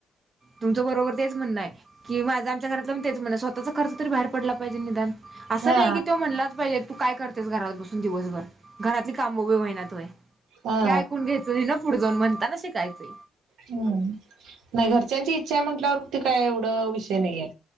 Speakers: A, on the right; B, on the right.
A: तुमच बरोबर तेच म्हणणं आहे की माझं आमच्या तेच म्ह स्वतःचा खर्च बाहेर पडला पाहिजे निदान असं
B: हा
A: नाही की तो म्हणलाचहिजे. तू काय करतेस घरात बसून दिवसभर घरातली काम उभी होईना तु हे
B: हा
A: ऐकून घ्यायच ना पुढ जाऊ म्हणताना शिकायचंय.
B: हम्म नाही घरच्यांची इच्छा म्हंटल्यावरती काय एवढं विषय नाहीे.